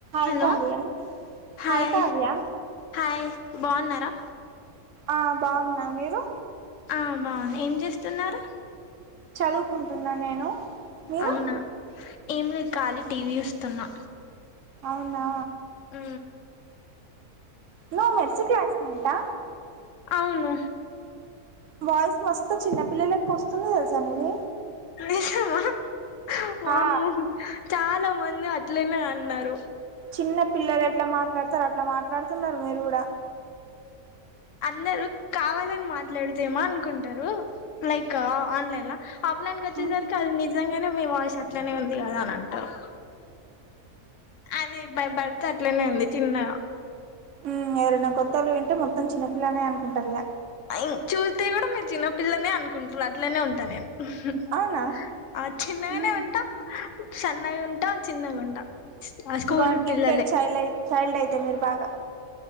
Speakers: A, on the right; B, on the left.
A: I
B: hello
A: Tanaya
B: hi
A: ఐ Tanaya
B: hi బాగున్నారా
A: ఆ బాగున్నా మీరు
B: ఆ బాగున్న ఏం చేస్తున్నారు
A: చదువుకుంటున్నా నేను మీరు
B: అవునా ఏం లేదు ఖాళీ టీవీ చూస్తున్నా
A: అవునా
B: ఉ
A: నువ్వు మెస్సి క్లాస్మెంటా
B: అవును
A: వాయిస్ మస్తు చిన్నపిల్లలెక్క వస్తుంది తెలుసా నీది
B: నిజమా వామ్మో
A: ఆ
B: చాలా మంది అట్లేనే అన్నారు
A: చిన్న పిల్లలు ఎట్లా మాట్లాడతారు అట్లా మాట్లాడుతున్నారు మీరు కూడా
B: అందరు కావాలని మాట్లాడుతేమా అనుకుంటారు లైక్ ఆన్లైన్ లా ఆఫ్లైన్ వచ్చేసరికి
A: మ్మ్
B: అది నిజంగానే మీ వాయిస్ అట్లనే ఉంది కదా అంటారు అదే బై బర్త్ అట్లనే ఉంది చిన్నగా
A: ఉ ఎవరైనా కొత్తోళ్ళు వింటే మొత్తం చిన్నపిల్నే అనుకుంటారు ఇగ
B: ఇన్ చూస్తే కూడా మీరు చిన్నపిల్లనే అనుకుంటరు అట్లనే ఉంటా నేను ఉ హు
A: అవునా
B: ఆ చిన్నగానే
A: ఉమ్,
B: ఉంటా సన్నగా ఉంటా చిన్నగా ఉంటా ఆ స్కూల్
A: గాడ్ గిఫ్టెడ్
B: పిల్లలే
A: చైల్డ్ అయి చైల్డ్ ఐతే మీరు బాగా